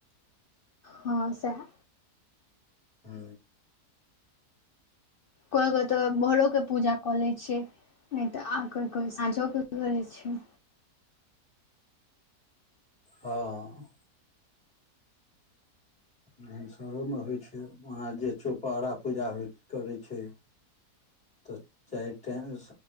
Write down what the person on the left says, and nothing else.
हँ सएह
कोइ गोइ तऽ भोरोके पूजा कऽ लै छिय नहि तऽ आ कोइ कोइ साँझोे करै छै